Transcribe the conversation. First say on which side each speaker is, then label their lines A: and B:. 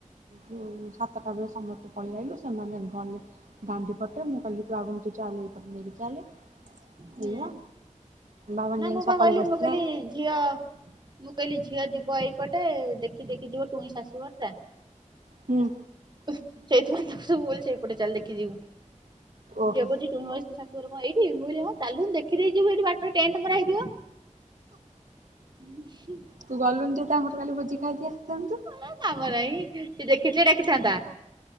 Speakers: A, on the right (about 75°); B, on the right (about 35°).
A: ଯଉ ସାତଟା ବେଳେ ସମସ୍ତେ ପଳିଆଇଲୁ, ସେମାନେ ଗଲେ ଦାଣ୍ଡି ପଟେ ମୁଁ କଲି ତୁ ଆଗୁନ୍ ତୁ ଚାଲେ ଏଇ ପଟେ ନେଇକି ଚାଲେ।
B: ହୁଁ
A: ଏଇଆ ବାବାନ
B: ନାଁ
A: ଯାଇକି
B: ମୁଁ ପା
A: ସକାଳୁ
B: କହିଲି
A: ବସିଥିଲା
B: ମୁଁ କହିଲି ଝିଅ ମୁଁ କହିଲି ଝିଅ ଯିବ ଏଇପଟେ ଦେଖି ଦେଖି ଯିବ ଟୁଇଁ ଶାଶୁଘର ଟା।
A: ହୁଁ।
B: ହୁ ସେଇଥି ପାଇଁ ତାକୁ ସବୁ କହିଲି ସେଇପଟେ ଚାଲ ଦେଖି ଯିବୁ
A: ଓହୋ
B: ଝିଅ କହୁଚି ଟୁଇଁ ମାଉସୀ ସା ତୋର କଣ ଏଇଠି ମୁ ହଁ ଚାଲୁନ୍ ଦେଖିଦେଇ ଯିବୁ ଏଇଠି ବାଟରେ ଟେଣ୍ଟ ମରା ହେଇଥିବ। ଉଁ ହୁଁ।
A: ତୁ ଗଲୁନୁ ଟିକେ ତାଙ୍କଘରୁ କାଲି ଭୋଜି ଖାଇକି ଆସିଥାନ୍ତୁ।
B: ଏ କାମ ନାଇଁ, ସେ ଦେଖିଥିଲେ ଡାକିଥାନ୍ତା।